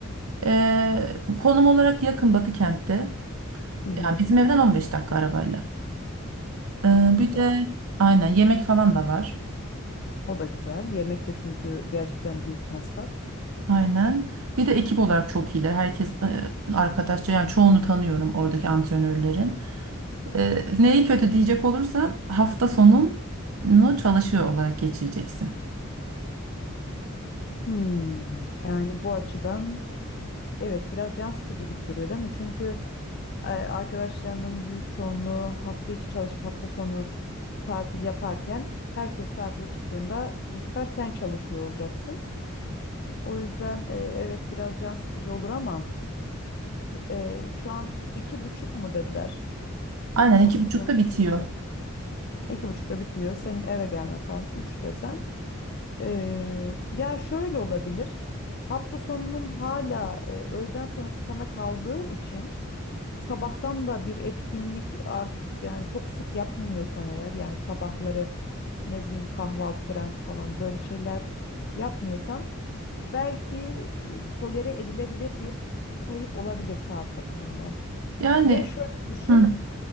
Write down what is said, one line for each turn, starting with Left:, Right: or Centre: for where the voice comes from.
Right: Eee, konum olarak yakın Batı kentte
Left: Hı hı,
Right: yani bizim evden 15 dakika arabayla. Eee,
Left: güzel.
Right: bir de aynen yemek falan da var
Left: O da güzel. Yemek de çünkü gerçekten büyük masraf.
Right: aynen bir de ekip olarak çok iyiler herkes eee, arkadaşça yani çoğunu tanıyorum oradaki antrenörlerin. Ee, neyi kötü diyecek olursan hafta sonunu çalışıyor olarak geçireceksin.
Left: Hmm, yani bu açıdan evet biraz can sıkıcı gibi duruyor değil mi? Çünkü e, arkadaşlarının büyük çoğunluğu hafta içi çalışıp hafta sonu tatil yaparken herkes tatile çıktığında bu sefer sen çalışıyor olacaksın. O yüzden e, evet biraz can sıkıcı olur ama e, şu an iki buçuk mu dediler?
Right: Aynen
Left: Hafta
Right: iki buçukta
Left: sonu
Right: bitiyor.
Left: iki buçuk. İki buçukta bitiyor. Senin eve gelmen falan üç desen. Ee, ya şöyle olabilir. Hafta sonunun hala e, öğleden sonrası sana kaldığı için sabahtan da bir etkinlik art, yani çok sık yapmıyorsan eğer yani sabahları ne bileyim kahvaltı, brunch falan böyle şeyler yapmıyorsan belki e, tolere edilebilir bir kayıp olabilir saat bakımından.
Right: Yani
Left: Ve şöyle düşün.
Right: hı.